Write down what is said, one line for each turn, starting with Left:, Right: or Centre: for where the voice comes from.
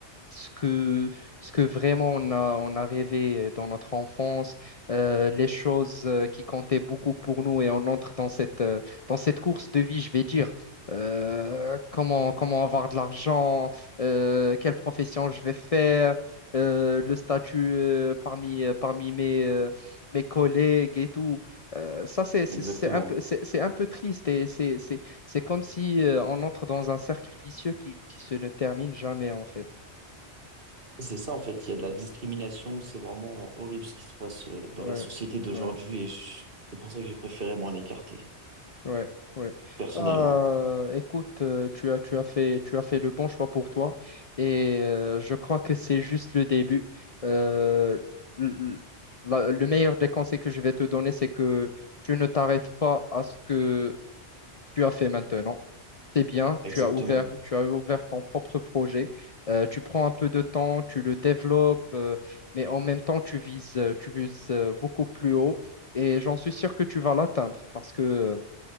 Left: ce que, ce que vraiment on a, on a rêvé euh, dans notre enfance, euh, les choses euh, qui comptaient beaucoup pour nous et on entre dans cette, euh, dans cette course de vie, je vais dire. Euh, comment, comment avoir de l'argent, euh, quelle profession je vais faire, euh, le statut euh, parmi, euh, parmi mes, euh, mes collègues et tout. Euh, ça, c'est c'est-
Right: Exactement.
Left: c'est un peu, c'est c'est un peu triste et c'est c'est- c'est comme si euh, on entre dans un cercle vicieux qui, qui se ne termine jamais en fait.
Right: C'est ça, en fait, il y a de la discrimination, c'est vraiment horrible ce qui se passe euh, dans
Left: Ouais,
Right: la société d'aujourd'hui
Left: ouais,
Right: et je- c'est pour ça que j'ai préféré m'en écarter,
Left: ouais, ouais.
Right: personnellement.
Left: Bah, écoute, euh, tu as, tu as fait, tu as fait le bon choix pour toi et euh, je crois que c'est juste le début. Euh, l- la- le meilleur des conseils que je vais te donner, c'est que tu ne t'arrêtes pas à ce que tu as fait maintenant. c'est bien,
Right: Exactement.
Left: tu as ouvert, tu as ouvert ton propre projet, Euh, tu prends un peu de temps, tu le développes, euh, mais en même temps, tu vises, euh, tu vises euh, beaucoup plus haut et j'en suis sûr que tu vas l'atteindre parce que euh,